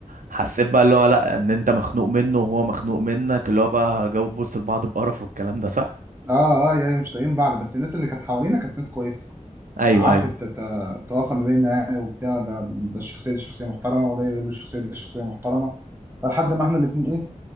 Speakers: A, on the right; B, on the right.
A: حسيت بقى اللي هو لا ان انت مخنوق منه وهو مخنوق منك اللي هو بقى جاوب بص لبعض بقرف والكلام ده صح
B: اه اه يعني مش طايقين بعض بس الناس اللي كانت حوالينا كانت ناس كويسه
A: ايوه
B: عارفة
A: ايوه
B: تت- تتوافق ما بيننا يعني وبتاع ده ده الشخصية دي شخصية محترمة وده يقول له الشخصية دي شخصية محترمة فلحد ما احنا الاتنين ايه